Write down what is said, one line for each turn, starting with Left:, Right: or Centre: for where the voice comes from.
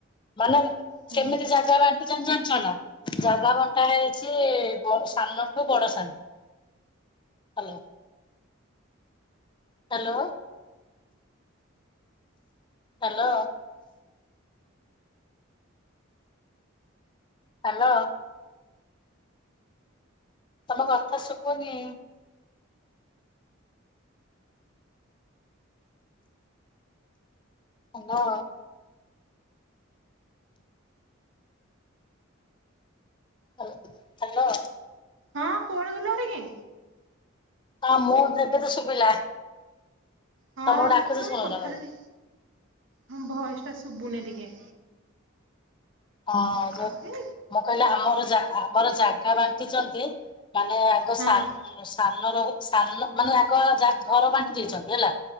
Left: ମାନେ
Right: ହଁ
Left: ସେମିତି ଜାଗା ବାଣ ନ ଚଲା ଜାଗା ବଣ୍ଟା ହେଇଛି ବଡ ସାନଠୁ ବଡ ସାନ। ହ୍ୟାଲୋ ହ୍ୟାଲୋ ହ୍ୟାଲୋ ହ୍ୟାଲୋ ତମ କଥା ଶୁଭୁନି। ହାଲୋ ହ ହାଲୋ
Right: ହଁ କୁଆଡେ ଗଲ ଭାରିକି।
Left: ହଁ ମୁଁ ଦେବେ ତ ଶୁଭିଲା।
Right: ହଁ
Left: ତମକୁ ଡାକୁଛି
Right: ତୁ ତମ
Left: ଶୁଣୁନ।
Right: କଥାଟା ଟିକେ ହଁ ଭଏସ ଟା ସୁୁବୁନି ଟିକେ।
Left: ହଁ ଯଉ
Right: ଆଉ ହେ
Left: ମୁଁ କହିଲି ଆମର ଆମର ଜାଗା ବାଣ୍ଟିଛନ୍ତି ମାନେ ଆଗ
Right: ହଁ
Left: ସାନର ମାନେ କ ଯା ଘର ବାଣ୍ଟି ଦେଇଛନ୍ତି ହେଲା